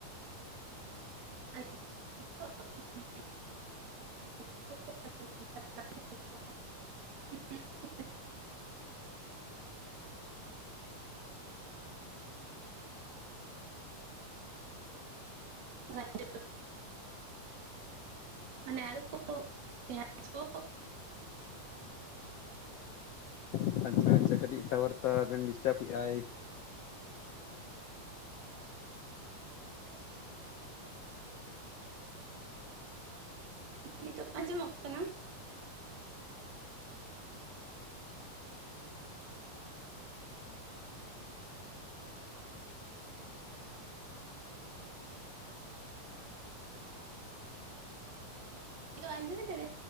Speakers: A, on the right (about 55°); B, on the left (about 70°).
A: <unintelligible> <unintelligible>
B: ᱟᱪᱪᱷᱟ ᱟᱪᱪᱷᱟ᱾
A: ᱚᱱᱟ ᱡᱮ ᱢᱟᱱᱮ ᱟᱹᱞᱩ ᱠᱚ ᱯᱮᱸᱭᱟᱡᱽ ᱠᱚ
B: ᱦᱩᱸ᱾ ᱟᱪᱪᱷᱟ ᱟᱪᱪᱷᱟ ᱠᱟᱹᱴᱤᱡ ᱴᱟᱣᱟᱨ ᱛᱟ ᱵᱮᱱ ᱰᱤᱥᱴᱟᱵᱮᱜ-ᱟᱭ᱾
A: ᱱᱤᱛᱚᱜ ᱟᱸᱡᱚᱢᱚᱜ ᱠᱟᱱᱟ? ᱱᱤᱛᱳᱜ ᱟᱡᱚᱢᱮᱫᱟᱵᱮᱱ?